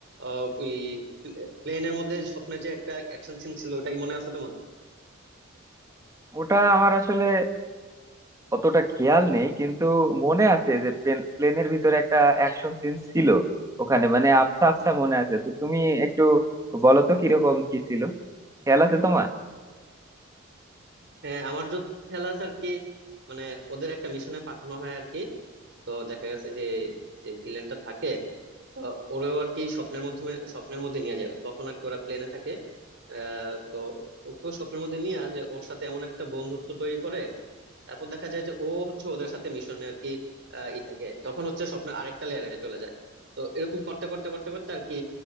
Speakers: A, on the right; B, on the right.
A: আহ ওই প্লেনের মধ্যে স্বপ্নে যে একটা অ্যাকশন সিন ছিল ওটা কি মনে আছে তোমার
B: ওটা আমার আসলে অতটা খেয়াল নেই কিন্তু মনে আছে যে প্লেনের ভিতরে একটা অ্যাকশন সিন ছিল ওখানে মানে আবছা আবছা মনে আছে তো তুমি একটু বলো তো কিরকম কি ছিল খেয়াল আছে তোমার
A: হ্যাঁ আমার যত খেয়াল আছে আর কি মানে ওদের একটা মিশনে পাঠানো হয় আর কি তো দেখা গেছে যে যে ভিলেনটা থাকে তো ওরেও আর কি স্বপ্নের মাধ্যমে স্বপ্নের মধ্যে নিয়ে যায় তখন আর কি ওরা প্লেনে থাকে আহ তো ওকেও স্বপ্নের মধ্যে নিয়ে যে ওর সাথে এমন একটা বন্ধুত্ব তৈরি করে তারপর দেখা যায় যে ও হচ্ছে ওদের সাথে মিশনে আর কি আহ, ই থাকে তখন হচ্ছে স্বপ্নের আরেকটা লেয়ারে চলে যায় তো এরকম করতে করতে করতে করতে আর কি